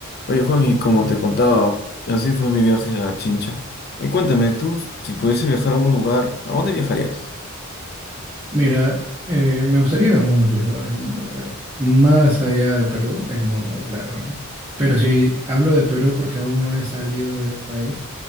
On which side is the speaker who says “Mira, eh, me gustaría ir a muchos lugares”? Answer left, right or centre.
Right